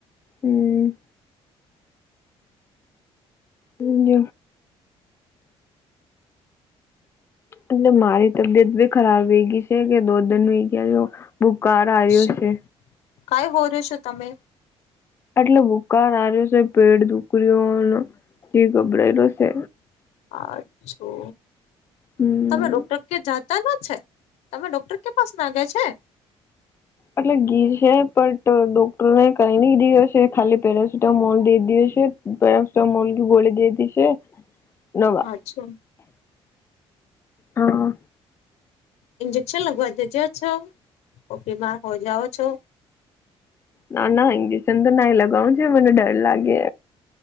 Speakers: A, on the left (about 25°); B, on the left (about 85°).
A: હમ હ એટલે મારી તબિયત બી ખરાબ વઈ ગઈ છે કે દો દન વઈ ગયા બુખાર આઈ
B: શું
A: હશે
B: કઈ હો રહ્યો છો તમે
A: એટલે ભુકા હ્યો છે પેટ દુકરીઓ જે ગભરાયેલો છે
B: અચ્છો
A: હમ
B: તમે રો ડો્ટર કે જતા ન છે તમે ડોક્ટર કે પાસ નાગ્યા છે
A: એટલે ઘી છે પણટ ડોક્ટરોને કરીધી હશે ખાલી પેરાસિટામોલ દઈ દીધી હશે મુલકી ગોળ દઈ દી છે નોવા
B: અચ્છા
A: હા
B: ઇન્જેક્શન લગવા દેજો છો બીમાર હો જાાવ છો
A: ના ના ઇંગિશન તો ના લગાવ છે મને ડર લાગે